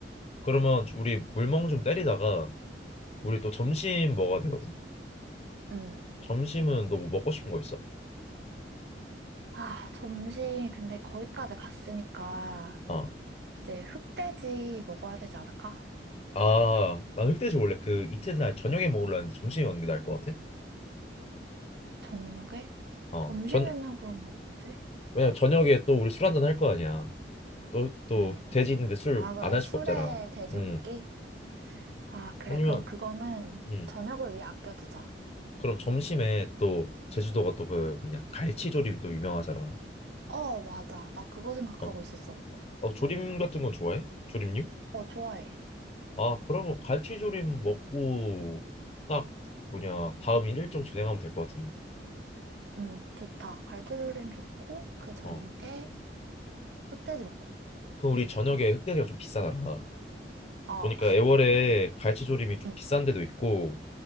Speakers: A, on the left (about 35°); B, on the right (about 65°).
A: 그러면 좀 우리 물멍 좀 때리다가 우리 또 점심 먹어야 되거든?
B: 응.
A: 점심은 너 뭐 먹고 싶은 거 있어?
B: 아, 점심 근데 거기까지 갔으니까.
A: 어.
B: 이제 흑돼지 먹어야 되지 않을까?
A: 아, 난 흑돼지 원래 그 이튿날 저녁에 먹으려 했는데 점심에 먹는 게 나을 것 같아?
B: 저녁에
A: 어,
B: 점심에는
A: 전,
B: 그럼 뭐 먹지?
A: 왜냐면 저녁에 또 우리 술 한잔 할 거 아니야. 또, 또
B: 응.
A: 돼지 있는데 술
B: 아, 그래.
A: 안 할
B: 술에
A: 수가 없잖아.
B: 돼지고기?
A: 음,
B: 아, 그래.
A: 아니면,
B: 그럼 그거는
A: 음.
B: 저녁을 위해 아껴두자.
A: 그럼 점심에 또 제주도가 또 그 뭐냐 갈치조림 또 유명하잖아.
B: 어, 맞아. 나 그거 생각하고
A: 어,
B: 있었어.
A: 어 조림 같은 건 좋아해? 조림류?
B: 어, 좋아해.
A: 아 그러면 갈치조림 먹고 딱 뭐냐 다음 일정 진행하면 될 것 같은데.
B: 응, 좋다. 갈치조림 좋고, 그 저녁에
A: 어,
B: 흑돼지 먹고.
A: 그럼 우리 저녁에 흑돼지가 좀 비싸더라.
B: 어,
A: 보니까
B: <laughs>
A: 애월에 갈치조림이 좀
B: 응,
A: 비싼 데도 있고